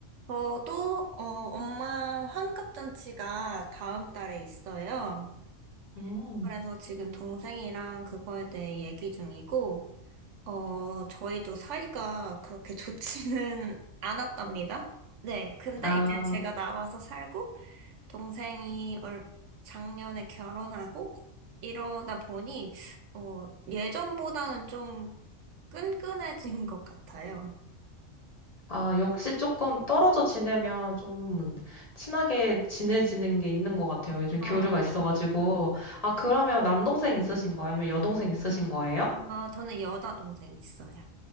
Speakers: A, on the right (about 70°); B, on the left (about 35°).
A: 저도, 어, 엄마 환갑잔치가 다음 달에 있어요.
B: 음,
A: 그래서 지금 동생이랑 그거에 대해 얘기 중이고, 어, 저희도 사이가 그렇게 좋지는 <laughs> 않았답니다. 네, 근데
B: 아.
A: 이제 제가 나와서 살고, 동생이 얼, 작년에 결혼하고, 이러다 보니, 어, 예전보다는 좀 끈끈해진 것 같아요.
B: 아, 역시 조금 떨어져 지내면 좀 친하게 지내지는 게 있는 것 같아요. 요즘
A: 어,
B: 교류가 있어가지고. 아, 그러면 남동생 있으신 거예요? 아니면 여동생 있으신 거예요?
A: 아, 저는 여자 동생 있어요.